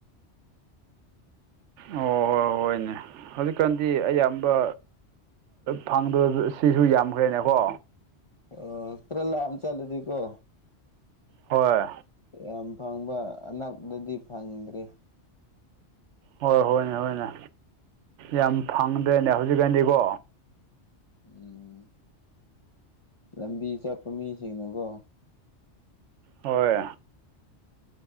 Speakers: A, on the right (about 80°); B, on the left (about 35°).
A: ꯑꯣ ꯍꯣꯏ ꯍꯣꯏꯅꯦ ꯍꯧꯖꯤꯛꯀꯥꯟꯗꯤ ꯑꯌꯥꯝꯕ ꯐꯪꯗꯔꯁꯨ ꯌꯥꯝꯈ꯭ꯔꯦꯅꯦꯀꯣ
B: ꯑꯣ ꯈꯔ ꯂꯥꯞꯅ ꯆꯠꯂꯗꯤꯀꯣ
A: ꯍꯣꯏ
B: ꯌꯥꯝ ꯐꯪꯕ ꯑꯅꯛꯄꯗꯗꯤ ꯐꯪꯗ꯭꯭ꯔꯦ
A: ꯍꯣꯏ ꯍꯣꯏꯅꯦ ꯍꯣꯏꯅꯦ ꯌꯥꯝ ꯐꯪꯗ꯭ꯔꯦꯅꯦ ꯍꯧꯖꯤꯛꯀꯥꯟꯗꯤꯀꯣ
B: ꯎꯝ ꯂꯝꯕꯤ ꯆꯠꯄ ꯃꯤꯁꯤꯡꯅꯀꯣ
A: ꯍꯣꯏ